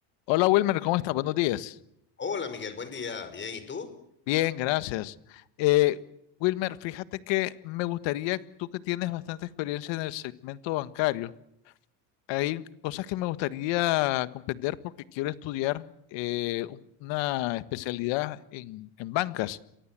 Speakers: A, on the left; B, on the left.
A: Hola Wilmer, ¿cómo estás? Buenos días.
B: Hola Miguel, buen día. Bien, ¿y tú?
A: Bien, gracias. Eh, Wilmer, fíjate que me gustaría, tú que tienes bastante experiencia en el segmento bancario, hay cosas que me gustaría comprender porque quiero estudiar eh, un- una especialidad en, en bancas,